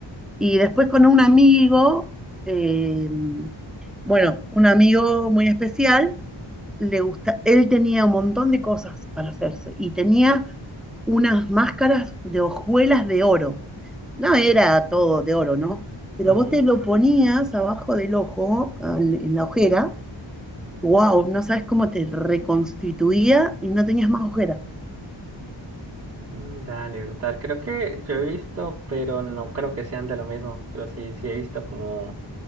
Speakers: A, in the centre; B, on the right.
A: Y después con un amigo, eh, bueno, un amigo muy especial, le gusta, él tenía un montón de cosas para hacerse y tenía unas máscaras de hojuelas de oro. No era todo de oro, ¿no? Pero
B: Ujú.
A: vos te lo ponías abajo del ojo, al- en, la ojera, wow, no sabes cómo te reconstituía y no tenías más ojera.
B: Mm, Dale, brutal. Creo que yo he visto, pero no creo que sean de lo mismo. Pero sí, sí he visto como